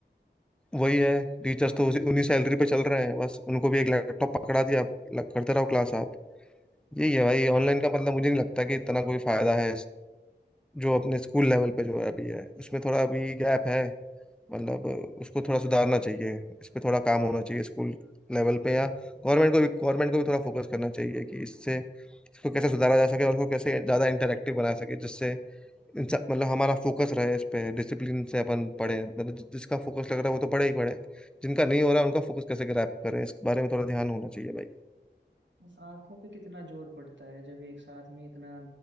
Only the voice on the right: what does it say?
बस आंखों पे कितना जोर पड़ता है जब एक साथ में इतना